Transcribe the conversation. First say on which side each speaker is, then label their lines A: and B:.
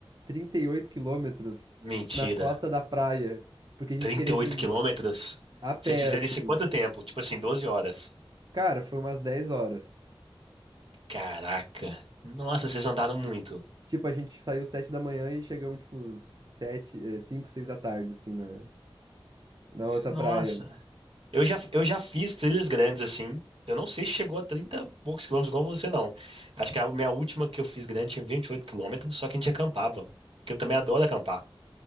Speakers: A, on the right; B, on the right.
A: 38 quilômetros
B: Mentira.
A: na costa da praia, porque a gente
B: trinta
A: queria
B: e oito
A: de um,
B: quilômetros?
A: a pé
B: Vocês fizeram
A: assim.
B: isso em quanto tempo? Tipo assim, 12 horas.
A: Cara, foi umas 10 horas.
B: Caraca. Nossa, vocês andaram muito.
A: Tipo, a gente saiu 7 da manhã e chegamos tipo 7, 5 6 da tarde assim na na outra
B: Nossa.
A: praia.
B: Eu já, eu já fiz trilhas grandes assim. Eu não sei se chegou a 30 e poucos quilômetros igual você, não. Acho que a minha última que eu fiz grande tinha 28 quilômetros, só que a gente acampava. Porque eu também adoro acampar.